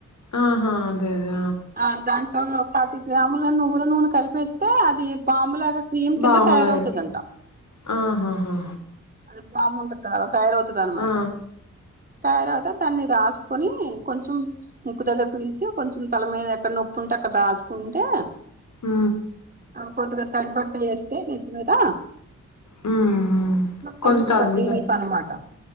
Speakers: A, on the left; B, on the right.
A: ఆహా అదే అదే
B: ఆ దాంట్లో ను పాతిక గ్రాములు నువ్వుల నూనె కలిపేస్ తో అది బాంలాగా క్రీమ్
A: బాములు
B: కింద తయారవుతదంట
A: అయిపోయి ఆహాహా
B: అది బామ్ ఉంట కాద అలా తయారవుతా అనమాట
A: ఆ ఆ!
B: తయారక దాన్ని రాసుకొని కొంచెం ముక్కు దగ్గర పిలిచి కొంచెం తల మీద ఎక్కడ నొప్పి ఉంటే అక్కడ రాసుకుంటే
A: ఆ
B: కొద్దిగా తడిబట్ట వేస్తే నెత్తి మీద
A: హ్మ్. కొంచెం
B: తొందరగా
A: తగ్గుతాయి
B: రిలీఫ్పనమాట